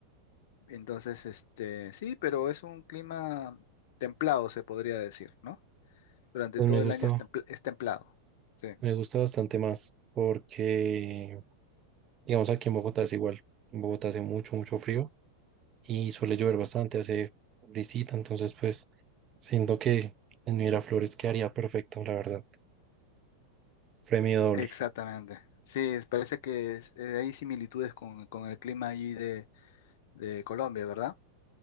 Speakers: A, on the left; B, on the right.
A: Entonces, este, sí, pero es un clima templado, se podría decir, ¿no? Durante
B: Pues
A: todo
B: me
A: el
B: gusta,
A: año es, templ- es templado. Sí,
B: me gusta bastante más porque, digamos, aquí en Bogotá es igual. En Bogotá hace mucho, mucho frío y suele llover bastante, hace brisita, entonces pues siento que en Miraflores quedaría perfecto, la verdad. Premio
A: exactamente.
B: doble.
A: Sí, es- parece que es- eh, hay similitudes con, con el clima allí de, de Colombia, ¿verdad?